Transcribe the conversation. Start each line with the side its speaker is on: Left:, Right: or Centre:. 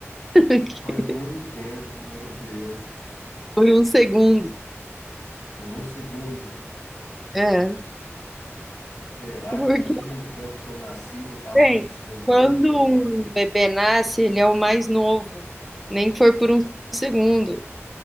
Centre: <laughs>
Left: Faz muito tempo, meu Deus.
Centre: Por um segundo.
Left: Por um segundo,
Centre: É,
Left: será
Centre: porque,
Left: que ao mesmo tempo que eu nasci não estava
Centre: bem,
Left: nascendo
Centre: quando
Left: outro?
Centre: um bebê nasce, ele é o mais novo, nem que for por um segundo.